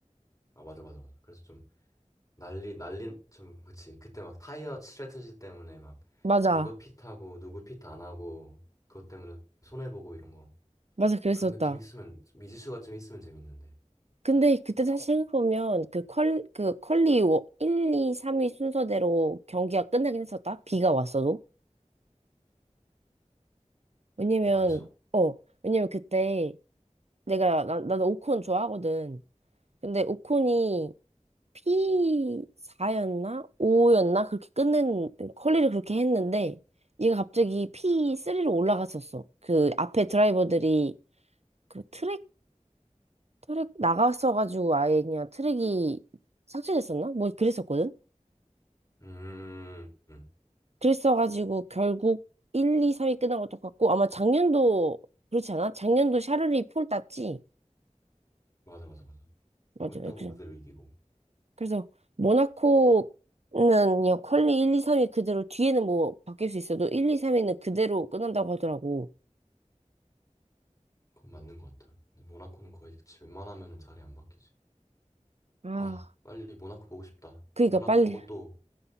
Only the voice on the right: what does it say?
맞아.
맞아. 그랬었다.
근데 그때 다시 생각해보면 그 퀄, 그 퀄리 워- 1, 2, 3위 순서대로 경기가 끝나긴 했었다? 비가 왔어도? 왜냐면,
어, 왜냐면 그때 내가, 나, 나는 오콘 좋아하거든. 근데 오콘이 P4였나? 5였나? 그렇게 끝낸, 퀄리를 그렇게 했는데 얘가 갑자기 P3로 올라갔었어. 그 앞에 드라이버들이 그 트랙, 트랙 나갔어가지고 아예 그냥 트랙이 삭제됐었나? 뭐 그랬었거든?
그랬어가지고 결국 1, 2, 3이 끝난 것도 같고 아마 작년도 그렇지 않아? 작년도 샤르리 폴 땄지?
맞아.
그래서
그래서 모나코는 그냥 퀄리 1, 2, 3이 그대로 뒤에는 뭐 바뀔 수 있어도 1, 2, 3위는 그대로 끝난다고 하더라고.
아,
그러니까
빨리